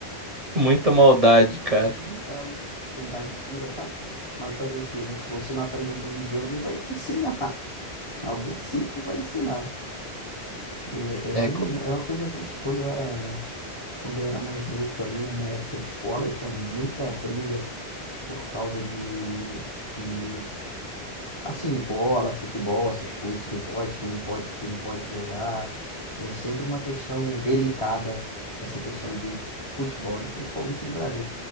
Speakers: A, on the right; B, on the left.
A: Muita maldade, cara.
B: hum, a Ruindade pura, tá? Mas fazer o quê, né? Se você não aprende a dividir, alguém vai te ensinar. <laughs> Alguém sempre vai ensinar. É,
A: É,
B: é, um,
A: co-
B: é uma coisa triste. Quando eu era, quando eu era mais novo também, né, na época de escola, tinha muita briga por causa de, de, assim, bola, futebol, essas coisas, quem pode, quem pode, quem não pode jogar. É sempre uma questão delicada, essa questão de futebol, né? Principalmente no Brasil.